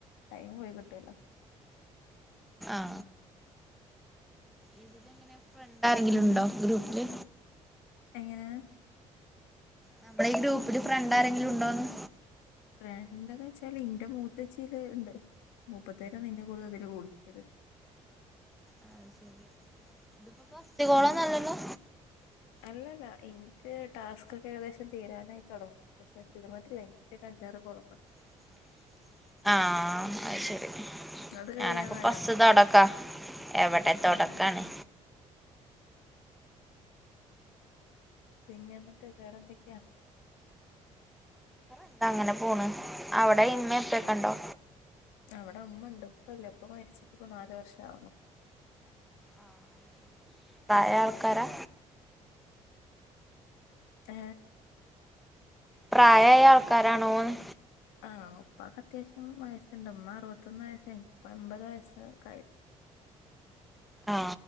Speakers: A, on the left; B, in the centre.
A: ടൈം പോയി കിട്ട്വല്ലോ.
B: ആ ഇതിലിങ്ങനെ ഫ്രണ്ടാരെങ്കിലും
A: പിന്നെ
B: ഉണ്ടോ ഗ്രൂപ്പില്?
A: എങ്ങനെ
B: നമ്മള ഈ ഗ്രൂപ്പില് ഫ്രണ്ട് ആരെങ്കിലും ഉണ്ടോന്ന്?
A: ഫ്രണ്ടെന്ന്വച്ചാല് ഇന്റെ മൂത്തേച്ചീടെ ഉണ്ട്. മൂപ്പത്യാരാണ് ഇന്നെ കൂടുതലു ഇതില് കുടുക്കിയത്.
B: അ ശരി ഇതിപ്പോ ഫസ്റ്റ് കോളൊന്ന്വല്ലല്ലോ?
A: അല്ലല്ല എനിക്ക് ടാസ്കൊക്കെ ഏകദേശം തീരാനായി തുടങ്ങുന്നു പക്ഷെ തീർന്നിട്ടില്ല ഇനി തീർക്കാനുണ്ട് അഞ്ചാറ് കോളോക്കടെ
B: <unintelligible> ആ അത് ശരി
A: അത് കഴിയാറായോ
B: ഞാനൊക്കെ ഫസ്റ്റ് തൊടക്കാ. എവിടെ തൊടക്കാണ്.
A: ആഹ് പിന്നെന്നിട്ട് വേറെന്തൊക്കെയാ?
B: എന്ത അങ്ങനെ പോണ് അവിടെ ഇന്ന് ഉപ്പേക്കൊണ്ടോ?
A: അവിടെ ഉമ്മണ്ട് ഉപ്പല്ല ഉപ്പ മരിച്ചിട്ടിപ്പ നാലു വർഷാവണ്.
B: ആ ശരി പ്രായായ ആൾക്കാരാ?
A: ആ
B: പ്രായായ ആൾക്കാരാണോന്ന്?
A: ആഹ് ഉപ്പാക്ക് അത്യാവശ്യം വയസ്സുണ്ട് ഉമ്മ അറുപത്തൊന്ന് വയസ് കഴിഞ്ഞു ഉപ്പ എമ്പതു വയസൊക്കായിരുന്നു.
B: ആ